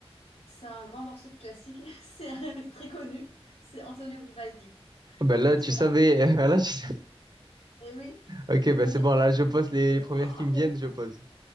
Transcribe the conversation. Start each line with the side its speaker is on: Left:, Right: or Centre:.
Left: C'est un grand morceau de classique, <laughs> c'est un- très connu, c'est Antonio Vivaldi.
Right: Ah Ben là,
Left: Tu
Right: tu
Left: vois?
Right: savais. <laughs> Ah, Là, tu sais-
Left: Et oui,
Right: Ok,
Left: ce
Right: ben
Left: conseil
Right: c'est bon. Là, je pose les, les premières
Left: est
Right: qui me viennent,
Left: très
Right: je
Left: bon.
Right: pose.